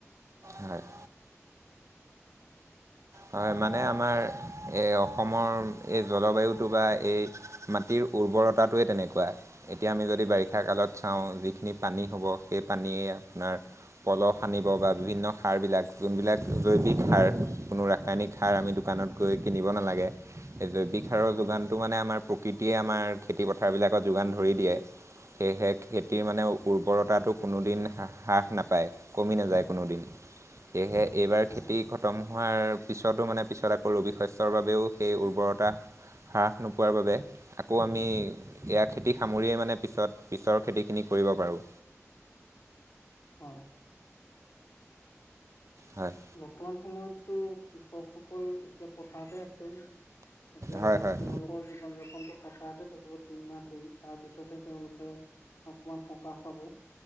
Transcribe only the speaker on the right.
ন <unintelligible> হয় মানে আমাৰ এই অসমৰ এই জলবায়ুটো বা এই মাটিৰ উৰ্বৰতাটোৱে তেনেকুৱা, এতিয়া আমি যদি বাৰিষা কালত চাওঁ যিখিনি পানী হ'ব সেই পানী আৰ পলস আনিব বা বিভিন্ন সাৰ বিলাক যোনবিলাক জৈৱিক সাৰ, ক ৰাসায়নিক সাৰ আমি দোকানত গৈ কিনিব নালাগে। এই জৈৱিক সাৰৰ যোগানটো মানে আমাৰ প্ৰকৃতিয়ে আমাৰ খেতি পথাৰ বিলাকত যোগান ধৰি দিয়ে। সেয়েহে খেতিৰ মানে উৰ্বৰতাটো কোনোদিন হ্ৰাস নাপায়, কমি নাযায় কোনোদিন। সেয়েহে এইবাৰ খেতি
খতম হোৱাৰ পিছতো মানে পিছত আকৌ ৰবি শস্যৰ বাবেও সেই উৰ্বৰতা হ্ৰাস নোপোৱাৰ বাবে আকৌ আমি এয়া খেতি সামৰিয়েই মানে পিছত পিছৰ খেতিখিনি কৰিব পাৰোঁ।
হয়
হয় হয়